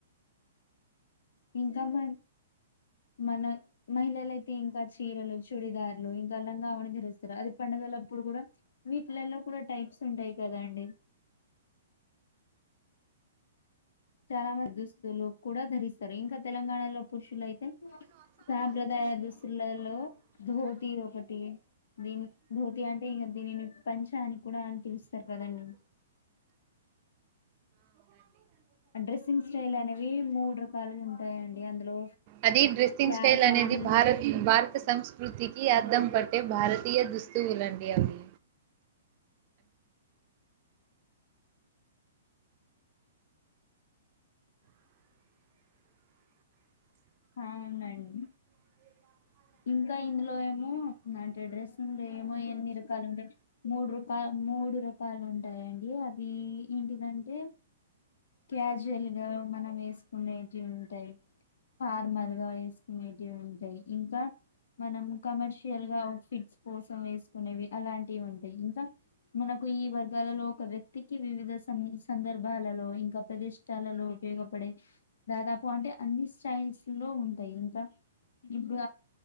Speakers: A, on the left; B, on the right.
A: ఇంకా మ మన మహిళలయితే ఇంకా చీరలు చూడిదారులు ఇంకా అలా కావని తెరుస్తారు అది పండుగల అప్పుడు కూడా వీటిలలో కూడా టైప్స్ ఉంటాయి కాదండి చాలా మంది దుస్తులు కూడా ధరిస్తారు ఇంకా తెలంగాణలో పురుషులయ్ తే సాంప్రదాయ దుస్తుల లో ధోతి ఒక ఒకటి దీని మూతి అంటే ఇంకా దీనిని పంచ అని కూడా అని పిలుస్తారు కదండి డ్రెస్సింగ్ స్టైల్ అనేవి మూడు రకాలుగా ఉంటాయండి అందులో
B: అది డ్రెస్సింగ్
A: ఫ్యాషన్
B: స్టైల్ల్ అనేది భారత్ భారత సంస్కృ కృతికి అద్దం పట్టే భారతీయ దుస్తువులండి అవి
A: అవునండి ఇంకా ఇందులో ఏమో అంటే డ్రెస్సులు ఏమో ఎన్ని రకాలు ఉండే మూడు రూపా పె మూడు రకాలు ఉంటాయండి అవి ఏంటిదంటే క్యాజువల్ గా మనం వేసుకునేవి జెన్ తాయిప్ ఫార్మర్ గా వేసుకునేవి ఉంటాయి, ఇంకా మనం కమర్షియల్ గా అవుట్ ఫిట్స్ కోసం వేసుకునేవి అలాంటివి ఉంటాయి, ఇంకా మనకు ఈ వర్గాలలో ఒక వ్యక్తికి వివిధ సందర్భాలలో ఇంకా ప్రదష్టాలలో ఉపయోగపడే దాదాపు అంటే అన్ని స్టైల్స్ లో ఉంటాయి, ఇంకా ఇప్పుడు